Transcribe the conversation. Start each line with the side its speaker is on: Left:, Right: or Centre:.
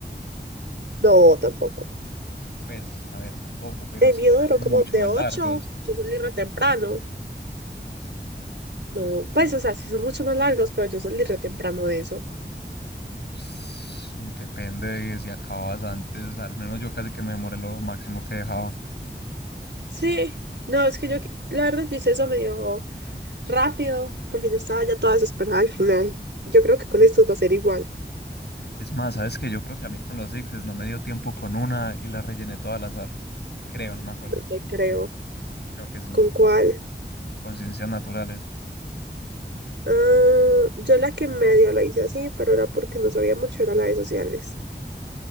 Right: No, tampoco.
Left: Pues, a ver, tampoco, pero
Right: El
Left: sí
Right: mío
Left: eran
Right: duró como
Left: mucho
Right: de
Left: más
Right: 8,
Left: largos.
Right: yo salí re temprano. No,
Left: No,
Right: pues, o sea, sí son mucho más largos, pero yo salí re temprano de eso.
Left: pues, depende de si acababas antes, al menos yo casi que me demoré lo máximo que dejaba.
Right: Sí, no, es que yo, qui- la verdad, yo hice eso medio rápido, porque yo estaba ya toda desesperada al final. Yo creo que con estos va a ser igual,
Left: Es más, sabes que yo creo que a mí con los ICFES no me dio tiempo con una y la rellené toda al azar. Creo, no me acuerdo.
Right: no te creo.
Left: Creo que sí.
Right: ¿Con cuál?
Left: Con ciencias naturales.
Right: Ah, yo la que medio la hice así, pero era porque no sabía mucho, era la de sociales.